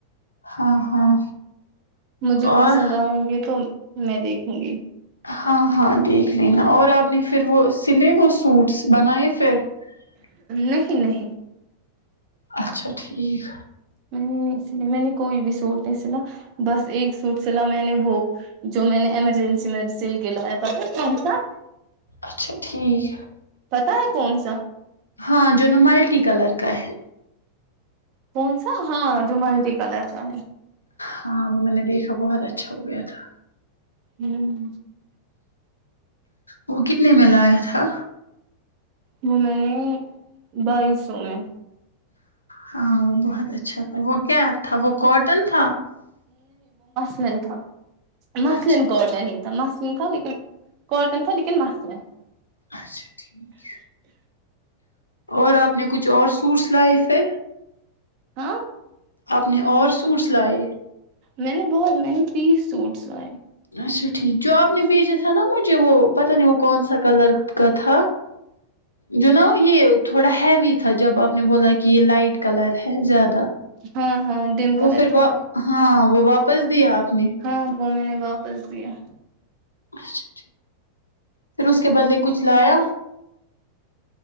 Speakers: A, on the left; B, on the right.
A: ہاں ہاں
B: مجھے
A: اور
B: پسند آئیں گے تو میں دیکھوں گی
A: ہاں ہاں دیکھ لینا اور آپ نے پھر وہ سلے وہ سوٹس بنائے چھ <unintelligible>
B: نہیں نہیں
A: اچھا ٹھیک
B: میں نے نہیں سلی میں نے کوئی بھی سوٹ نہیں سلا بس ایک سوٹ سلا میں نے وہ جو میں نے ایمرجنسی میں سل کے لایا پتا کون سا
A: اچھ ٹھیک
B: پتا ہے کون سا
A: ہاں جو نا ملٹی کلر کا ہے
B: کون سا ہاں جو ملٹی کلر کا ہے
A: ہاں وہ میں نے دیکھا بہت اچھا ہو گیا تھا
B: ہوں
A: وہ کتنے میں لایا تھا
B: وہ میں نے بائی سو میں
A: ہاں وہ بہت اچھا تھا وہ کیا تھا وہ کاٹن تھا
B: سن تھا مسلین
A: اچھا
B: کوٹ نہیں تو مس تھا لیکن کٹن تھا لیکن مس ہے
A: اچھا ٹھیک اور آپ نے کچھ اور سوٹس لائے پھر
B: ہاں
A: اپنے اور سوٹ س لائے
B: میں نے بہت میں نے تیس سوٹ سوائے
A: اچھا ٹھیک جو آپ نے بھیجا تھا نا مجھے وہ پتہ نہیں وہ کون سا کلر کا تھا جو نا یہ تھوڑا ہیوی تھا جب آپ نے بولا کہ یہ لائٹ کلر ہے زیادہ
B: ہاں ہاں ڈم
A: وہ
B: کلر
A: پھر
B: تھا
A: وہ ہاں وہ واپس دیا آپ نے
B: ہاں ب میں نے با دس دیا
A: اچھا پھر اس کے بدلے کچھ لایا